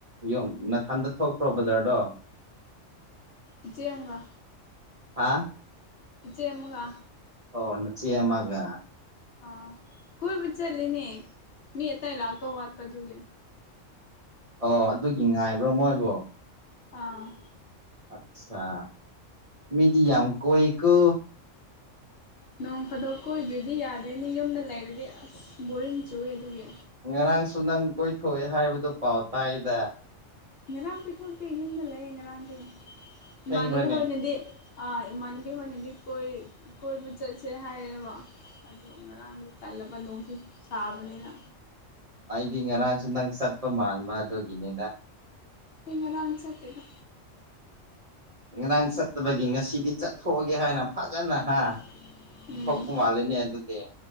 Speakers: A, on the right; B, on the left.
A: ꯌꯨꯝ ꯅꯊꯟꯗ ꯊꯣꯛꯄ꯭ꯔꯣ ꯕꯖꯥꯔꯗꯣ
B: ꯏꯆꯦ ꯑꯝꯒ
A: ꯑꯥ
B: ꯏꯆꯦ ꯑꯃꯥꯒ
A: ꯑꯣ ꯅꯆꯦ ꯑꯃꯥꯒ
B: ꯑꯥ ꯀꯣꯏꯕ ꯆꯠꯂꯤꯅꯦ ꯃꯤ ꯑꯇꯩ ꯂꯥꯛꯇꯧ ꯋꯥꯠꯄ ꯑꯗꯨꯒꯤ
A: ꯑꯣ ꯑꯗꯨꯒꯤ ꯉꯥꯏꯕ ꯃꯣꯏꯕꯨ
B: ꯑꯥ
A: ꯑꯠꯁꯥ ꯃꯤꯗꯤ ꯌꯥꯝ ꯀꯣꯏꯀꯣ
B: ꯅꯣꯡ ꯐꯥꯗꯣꯛ ꯀꯣꯏꯗ꯭ꯔꯗꯤ ꯌꯥꯗꯦꯅꯦ ꯌꯨꯝꯗ ꯂꯩꯔꯗꯤ ꯑꯁ ꯕꯣꯔꯤꯡ ꯆꯨꯏꯌꯦ ꯑꯗꯨꯒꯤ
A: ꯉꯔꯥꯡꯁꯨ ꯅꯪ ꯀꯣꯏꯊꯣꯛꯑꯦ ꯍꯥꯏꯕꯗꯨ ꯄꯥꯎ ꯇꯥꯏꯗ
B: ꯉꯔꯥꯡ ꯀꯣꯏꯊꯣꯛꯇꯦ ꯌꯨꯝꯗ ꯂꯩ ꯉꯔꯥꯡꯗꯤ
A: ꯁꯦꯡꯕ꯭ꯔꯅꯦ
B: ꯏꯃꯥꯟꯅꯕꯤ ꯍꯣꯏꯅꯗꯤ ꯑꯥ ꯏꯃꯥꯟꯅꯕꯤ ꯍꯣꯏꯅꯗꯤ ꯀꯣꯏ ꯀꯣꯏꯕ ꯆꯠꯁꯦ ꯍꯥꯏꯌꯦꯕ ꯑꯗꯨ ꯉꯔꯥꯡꯗꯨ ꯇꯜꯂꯕ ꯅꯣꯡꯁꯨ ꯁꯥꯕꯅꯤꯅ
A: ꯑꯩꯗꯤ ꯉꯔꯥꯡꯁꯨ ꯅꯪ ꯆꯠꯄ ꯃꯥꯟꯕ ꯑꯗꯨꯒꯤꯅꯤꯗ
B: ꯑꯩ ꯉꯔꯥꯡ ꯆꯠꯇꯦꯗ
A: ꯉꯔꯥꯡ ꯆꯠꯇꯕꯒꯤ ꯉꯁꯤꯗꯤ ꯆꯠꯊꯣꯛꯑꯒꯦ ꯍꯥꯏꯅ ꯐꯖꯅ ꯍꯥ
B: ꯍꯣꯏ ꯎꯝ
A: ꯊꯣꯛꯄ ꯃꯥꯜꯂꯦꯅꯦ ꯑꯗꯨꯗꯤ